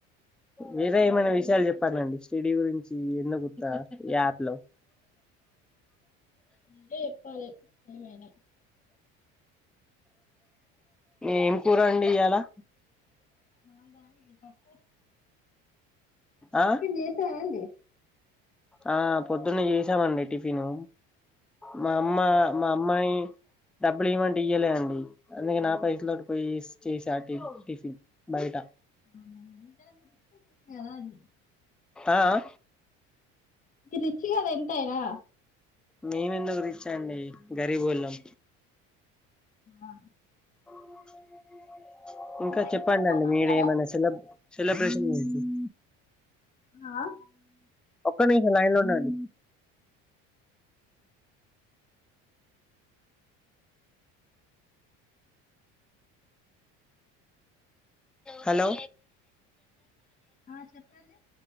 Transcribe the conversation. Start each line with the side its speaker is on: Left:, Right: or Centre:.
Centre: వేరే ఏమైనా విషయాలు చెప్పాలండి స్టెడీ గురించి ఎందుకు వుత్త ఈ యాప్ లో
Left: నువ్వే చెప్పాలే ఏమైనా
Centre: ఏం కూరండి ఇయలా
Left: మాదా ఈది పప్పు
Centre: ఆ
Left: టిఫిన్ చేసారండి
Centre: ఆ పొద్దున్నే చేసామండి టిఫిను. మా 'అమ్మ'మా అమ్మాయి డబ్బులు ఇయ్యామంటే ఇయ్యలే అండి అందుకే నా పైసల తోటి పోయి చేసా టి టిఫిన్ బయట
Left: అవునా టరర్ గురించి టరార్
Centre: ఆ ఆ
Left: మీరు రిచ్ కదా ఎంతయినా
Centre: మేము ఎందుకు రిచ్ అండి గరిబోల్లం
Left: ఆ
Centre: ఇనో అడిబుల్ ఇంకా
Left: ఎగ్జామ్స్
Centre: చెప్పండి
Left: బాగా
Centre: అండి
Left: రాసాడా
Centre: మీరే ఏమైన్నా సిలబ్ సెలబ్రేషన్ చేసి <inaudible>
Left: ఆ
Centre: ఒక్క నిమిషం లైన్ లో ఉండండి హలో
Left: ఆ చెప్పాలి